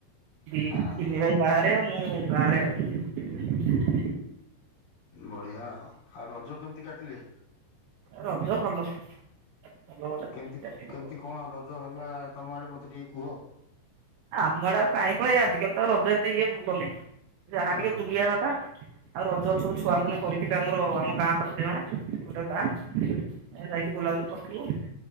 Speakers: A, on the right (about 80°); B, on the left (about 45°).
A: ଦି
B: ଆ
A: ତିନି
B: ହା
A: ଭାଇ ବାହେରେ ମୁଁ ଗାଁରେ ଆଉ।
B: ବଢିଆ ଆ ଆଉ ରଜ କେମିତି କାଟିଲେ?
A: ରଜ ଭଲ। ଭଲ ଭଲ ଦେଖିଆ
B: କେମିତି
A: ଟିକେ।
B: କେମିତି କଣ ରଜ ହେଲା ତମ ଆଡେ ମତେ ଟିକେ କୁହ?
A: ଆମ ଆଡ଼େ କାଇଁ କଣ ଆଜିକାଲି ତ ରଜ ଏତେ ଇଏ ଭଲ ନାହିଁ। ଯାହା
B: ଅହୋ
A: ଟିକେ ବୁଲିବା କଥା। ଆଉ ରଜ ସବ ଛୁଆ ମାନେ କରିିବେ ଆମର ଆମ ଗାଁ ପାଖରେ ଜଣେ ଗୋଟେ ଗାଁ। ଏ ଯାଇକି ବୋଲାବୁଲି କରିଥିଲୁ।